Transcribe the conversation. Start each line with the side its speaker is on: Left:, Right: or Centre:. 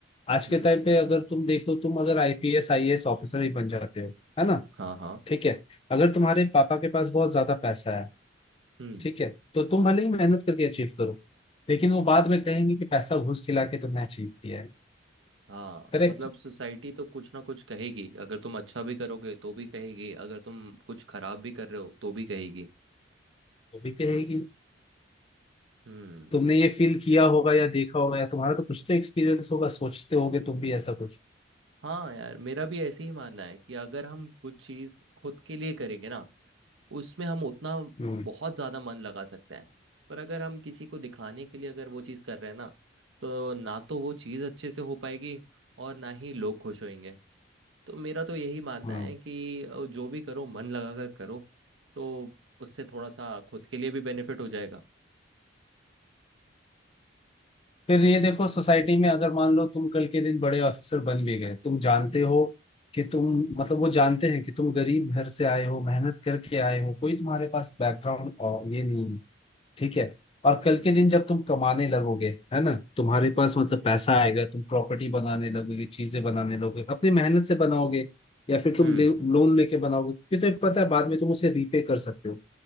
Left: आज के
Right: हम्म
Left: टाइम पे अगर तुम देखो तुम अगर आईपीएस आईएएस ऑफिसर ही बन जाते हो है ना
Right: हाँ हाँ
Left: ठीक है अगर तुम्हारे पापा के पास बहुत ज्यादा पैसा है
Right: हम्म
Left: ठीक है तो तुम भले ही मेहनत करके अचीव करो लेकिन वो बाद में कहेंगे कि पैसा घूस खिला के तुमने अचीव किया है
Right: हाँ
Left: करेक्ट
Right: मतलब सोसाइटी तो कुछ ना कुछ कहेगी अगर तुम अच्छा भी करोगे तो भी कहेगी अगर तुम कुछ खराब भी कर रहे हो तो भी कहेगी
Left: वो भी कहेगी
Right: हम्म
Left: तुमने ये फील किया होगा या देखा होगा या तुम्हारा तो कुछ तो एक्सपीरियंस होगा सोचते होगे तुम भी ऐसा कुछ
Right: हाँ यार मेरा भी ऐसे ही मानना है कि अगर हम कुछ चीज़ खुद के लिए करेंगे ना उसमें हम उतना
Left: हम्म
Right: बहुत ज़्यादा मन लगा सकते हैं पर अगर हम किसी को दिखाने के लिए अगर वो चीज़ कर रहे हैं ना तो ना तो वो चीज़ अच्छे से हो पाएगी और ना ही लोग खुश होंगे तो मेरा तो यही मानना
Left: हम्म
Right: है कि अ, जो भी करो मन लगा कर करो तो उससे थोड़ा सा खुद के लिए भी बेनिफिट हो जाएगा
Left: फिर ये देखो सोसाइटी में अगर मान लो तुम कल के दिन बड़े ऑफिसर बन भी गए तुम जानते हो कि तुम मतलब वो जानते हैं कि तुम गरीब घर से आए हो मेहनत करके आए हो कोई तुम्हारे पास बैकग्राउंड ये नहीं है ठीक है और कल
Right: हम्म
Left: के दिन जब तुम कमाने लगोगे है ना तुम्हारे पास मतलब पैसा आएगा तुम प्रॉपर्टी बनाने लगोगे चीजें बनाने लगोगे अपनी मेहनत से बनाओगे या फिर तुम
Right: हम्म
Left: ले, लोन लेके बनाओगे क्योंकि तुम्हें पता है बाद में तुम उसे रीपे कर सकते हो